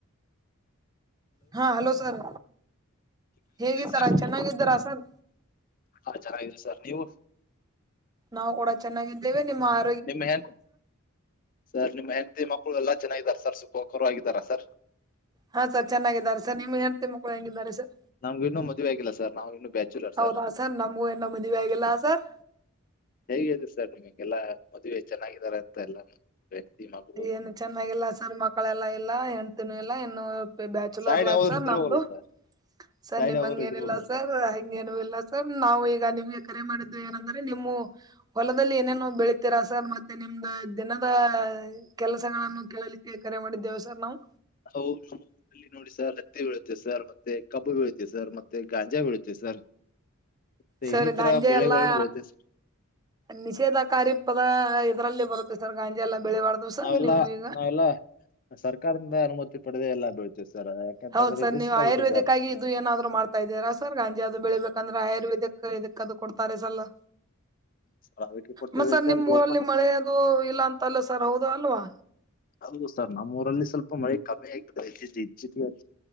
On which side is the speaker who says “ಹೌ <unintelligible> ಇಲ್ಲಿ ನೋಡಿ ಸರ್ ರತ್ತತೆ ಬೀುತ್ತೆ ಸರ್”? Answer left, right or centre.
Left